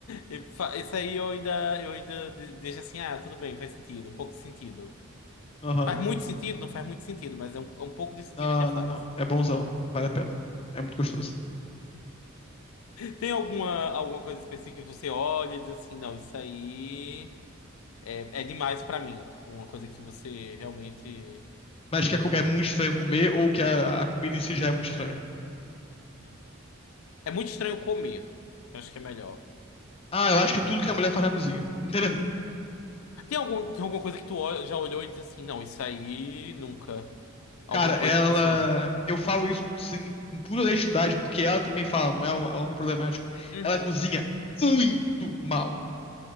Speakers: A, on the left; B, on the left.
A: E fa- Isso aí eu ainda, eu ainda de- deixo assim, ah, tudo bem, faz sentido, um pouco de sentido.
B: Aham.
A: Faz muito sentido? Não faz muito sentido, mas é um, um pouco de sentido
B: Não,
A: ainda faz.
B: não, não. É bonzão. Vale a pena. É muito gostoso.
A: Tem alguma, alguma coisa específica que você olha e diz assim, não, isso aí é, é demais pra mim. Tipo, uma coisa que você realmente...
B: Mas que é, co- é muito estranho comer ou que a, a comida em si já é muito estranha.
A: É muito estranho comer. Eu acho que é melhor.
B: Ah, eu acho que tudo que a mulher faz na cozinha. Entendeu?
A: Tem algum, tem alguma coisa que tu ol- já olhou e diz assim, não, isso aí nunca. Alguma
B: Cara, ela.
A: coisa tipo assim,
B: Eu falo isso sim, com pura honestidade, porque ela também fala, não é um- algo problemático.
A: uhum,
B: Ela cozinha muito mal.